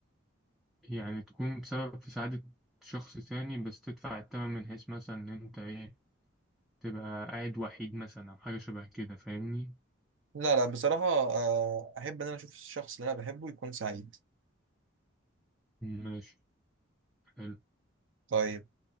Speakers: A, in the centre; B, on the right.
A: يعني تكون سبب في سعادة شخص تاني بس تدفع التمن من حيث مثلا إن أنت إيه تبقى قاعد وحيد مثلا أو حاجة شبه كده فاهمني؟
B: لا لا بصراحة آه، أحب إن أنا أشوف الشخص اللي أنا بحبه يكون سعيد
A: ماشي حلو
B: طيب